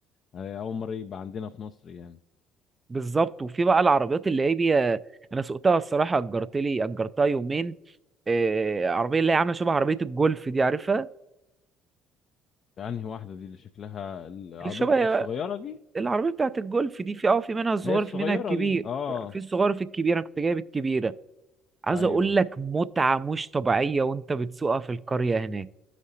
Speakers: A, on the left; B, on the right.
A: آه، اول مره يبقى عندنا في مصر يعني
B: بالظبط وفي بقى العربيات اللي هي بي انا سوقتها الصراحه اجرت لي اجرتها يومين آه، عربيه اللي هي عامله شبه عربيه الجولف دي عارفها
A: انهي واحده دي اللي شكلها العربيه
B: اللي شبه
A: الج- الصغيره دي
B: العربيه بتاعت الجولف دي في اه في منها الصغير
A: هي الصغيره
B: في منها الكبير
A: دي اه
B: في الصغير في الكبير انا كنت جايب الكبيره عايز
A: ايوه
B: اقول لك متعة مش طبيعية وانت بتسوقها في القرية هناك